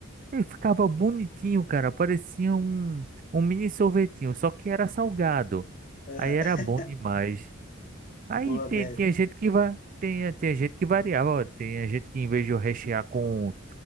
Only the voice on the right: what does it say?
E ficava bonitinho, cara, parecia um, um mini sorvetinho, só que era salgado.
Aí era bom demais. Aí
ti-
tinha gente que vai, tinha, tinha gente que variava, ó, tinha gente que em vez de eu rechear com